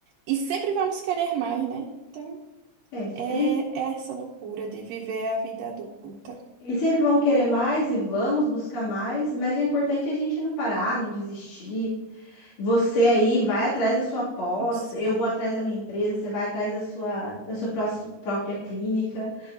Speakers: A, on the right; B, on the left.
A: e sempre vamos querer mais, né? Então,
B: É, sem...
A: é é essa loucura de viver a vida adulta.
B: E sempre vão querer mais e vamos buscar mais, mas o importante é a gente não parar, não desistir. Você aí vai atrás da sua pós,
A: Sim,
B: eu vou atrás da minha empresa, você vai atrás da sua, da sua pró- própria clínica.